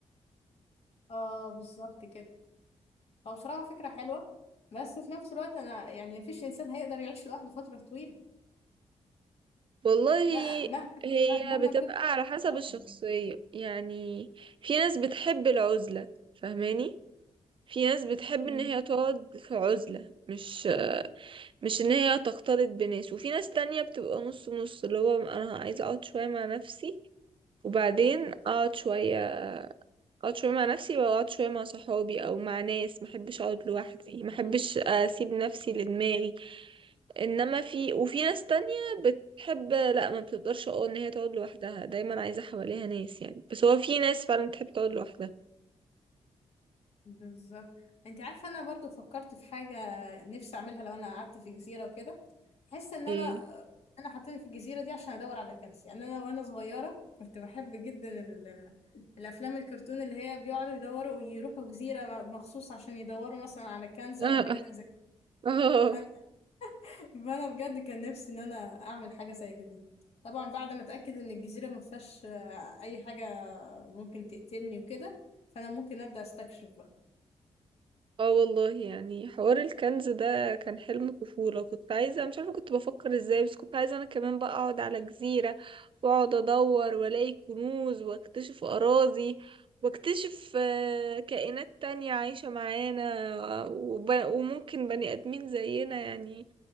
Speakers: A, on the left; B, on the right.
A: اه بالظبط كده هو بصراحة فكرة حلوة بس في نفس الوقت أنا يعني مفيش إنسان هيقدر يعيش لوحده فترة طويلة
B: والله
A: ما- مهما
B: هي
A: مهما
B: بتبقى
A: كنت <laughs>
B: على
A: متعاقد.
B: حسب الشخصية يعني في ناس بتحب العزلة فاهماني في ناس بتحب
A: مم.
B: ان هي تقعد في عزلة مش مش ان هي تختلط بناس وفي ناس تانية بتبقى نص نص اللي هو انا عايزة اقعد شوية مع نفسي وبعدين اقعد شوية اقعد شوية مع نفسي واقعد شوية مع صحابي او مع ناس محبش اقعد لوحدي محبش اسيب نفسي لدماغي انما في وفي ناس تانية بتحب لا ما بتقدرش اقول ان هي تقعد لوحدها دايما عايزة حواليها ناس يعني بس هو في ناس فعلا بتحب تقعد لوحدها
A: بالظبط انت عارفة أنا برضو فكرت في حاجة نفسي أعملها لو أنا قعدت في جزيرة وكده أحس إن
B: ايه
A: أنا أنا حاطيني في الجزيرة دي عشان أدور على كنز يعني أنا وأنا صغيرة كنت بحب جدا ال- الأفلام الكرتون اللي هي بيقعدوا يدوروا يروحوا جزيرة مخصوص عشان يدوروا مثلا على كنز
B: <laughs>
A: أو حاجة زي
B: اه اه
A: كده فانا بجد كان نفسي ان انا اعمل حاجه زي كده طبعا بعد ما اتاكد ان الجزيره ما فيهاش آه، اي حاجه ممكن تقتلني وكده فانا ممكن ابدا استكشف بقى
B: اه والله يعني حوار الكنز ده كان حلم طفولة كنت عايزة مش عارفة كنت بفكر ازاي بس كنت عايزة انا كمان بقى اقعد على جزيرة واقعد ادور والاقي كنوز واكتشف اراضي واكتشف آه، كائنات تانية عايشة معانا وب... وممكن بني ادمين زينا يعني